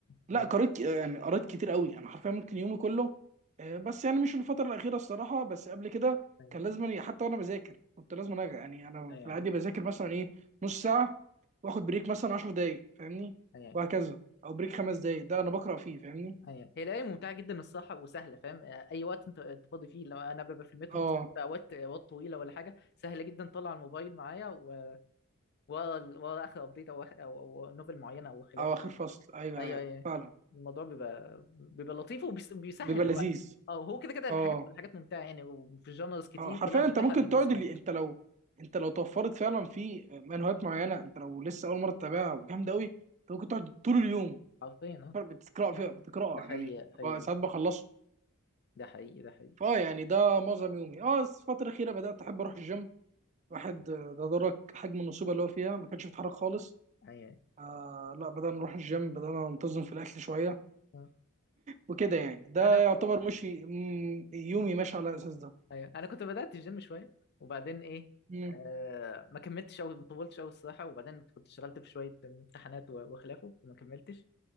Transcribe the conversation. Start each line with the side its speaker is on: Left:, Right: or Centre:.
Right: لا
Left: جميل
Right: قريت آه، يعني قريت كتير قوي انا حرفيا ممكن يومي كله آه بس يعني مش الفتره الاخيره الصراحه بس قبل كده
Left: ايوه
Right: كان لازم حتى وانا بذاكر كنت لازم أنا يعني انا
Left: ايوه
Right: في العادي بذاكر مثلا ايه نص ساعه واخد بريك مثلا 10 دقائق فاهمني
Left: ايوه
Right: وهكذا او بريك خمس دقائق ده انا بقرا فيه فاهمني
Left: ايوه هي لعبه ممتعه جدا الصراحه وسهله فاهم آه، اي وقت انت أنت فاضي فيه لو انا ببقى في المترو
Right: اه
Left: مثلا في اوقات اوقات طويله ولا حاجه سهله جدا طلع الموبايل معايا و- ورا ال- ورا اخر ابديت او آخر- او أو نوفل معينه او خلافه
Right: او اخر فصل ايوه
Left: ايوه
Right: ايوه
Left: ايوه
Right: فعلا
Left: الموضوع بيبقى بيبقى لطيف وبيسهل
Right: بيبقى
Left: الوقت
Right: لذيذ
Left: اه هو كده كده الحاجات
Right: اه
Left: الحاجات ممتعه يعني وفي جانرز كتير
Right: اه حرفيا
Left: كلها متاحه
Right: انت ممكن
Left: بالنسبه
Right: تقعد اللي
Left: لك
Right: انت لو انت لو توفرت فعلا في منهجات معينه انت لو لسه اول مره تتابعها وجامده قوي انت ممكن تقعد طول اليوم
Left: حرفيا اه
Right: بتقرا فيها بتقراها
Left: ده حقيقي
Right: يعني
Left: ايوه
Right: بقى ساعات بخلصه
Left: ده حقيقي ده حقيقي
Right: فاه يعني ده معظم يومي اه بس الفتره الاخيره بدات احب اروح الجيم واحد آه، ده درك حجم النصوبه اللي هو فيها ما كانش بيتحرك خالص
Left: ايوه
Right: آه لا بدأنا نروح الجيم بدأنا ننتظم في الأكل شوية
Left: آه.
Right: وكده يعني ده
Left: انا
Right: يعتبر مشي مم، يومي ماشي على الأساس ده
Left: ايوه انا كنت بدات الجيم شويه وبعدين ايه
Right: مم،
Left: آه ما كملتش او ما طولتش قوي الصراحه وبعدين كنت اشتغلت في شويه امتحانات و- وخلافه وما كملتش